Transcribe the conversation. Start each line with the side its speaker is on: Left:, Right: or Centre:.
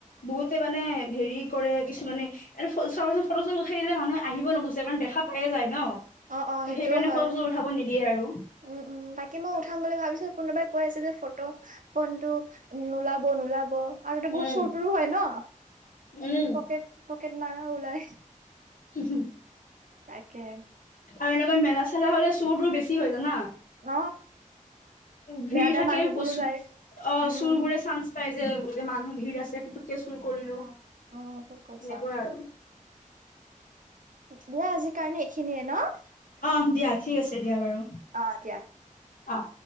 Left: বহুতে মানে হেৰি কৰে কিছুমানে <unintelligible> <unintelligible> দিলে মানুহ আহিব লগুছে কাৰণখা পাই যায় ন'।
Right: অ', অ',
Left: ত'
Right: সেইটোও
Left: সেইকাৰণে
Right: হয,
Left: ফটো চটো উঠাব নিদিয়ে আৰু
Right: উম, উম, বাকী মই উঠাম বুলি ভাবিছো কোনোবাই কৈ আছে যে ফটো ফোন টো নোলাব নোলাব। আৰু এতে বহুত
Left: উম,
Right: চুৰ তুৰো হয় ন'
Left: উম।
Right: পকেট পকেট মাৰা ওলাই
Left: <inaudible>
Right: তাকে
Left: আৰু এনেকুৱা মেলা চেলা হ'লে চুৰ তোৰ বেছি হৈ জানা।
Right: অ
Left: ভিৰ
Right: বেয়া বেয়া
Left: থাকে
Right: মানুহবোৰো
Left: পচু
Right: যায়
Left: অ',
Right: উম
Left: চুৰবোৰে চান্স পাই যায়। যে যে মানুহ ভিৰ আছে কিন্তু কে চুৰ কৰিলো
Right: অ উম ঠিক কৈছা
Left: সেনেকুৱা আৰু
Right: কঠ আজিকাৰণে খিনিয়ে ন' অ',
Left: অ দিয়া ঠিক আছে দিয়া বাৰু
Right: দিয়া।
Left: অহ